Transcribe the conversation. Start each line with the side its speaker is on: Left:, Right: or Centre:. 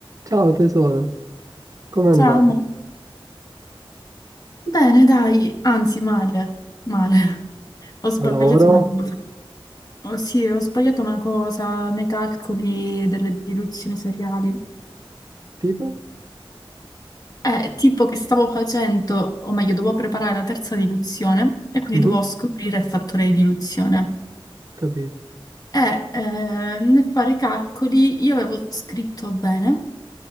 Right: Ciao tesoro, com'è andato?
Left: Ciao, amore. bene, dai, anzi, male, male. <laughs> Ho sbagliato
Right: Al lavoro?
Left: una cosa. Oh, sì, ho sbagliato una cosa nei calcoli delle diluzioni seriali.
Right: Tipo?
Left: È tipo che stavo facendo, o meglio, dovevo preparare la terza diluzione e quindi
Right: Mhm,
Left: dovevo scoprire il fattore di diluzione.
Right: capito.
Left: E eh, nel fare i calcoli io avevo scritto bene.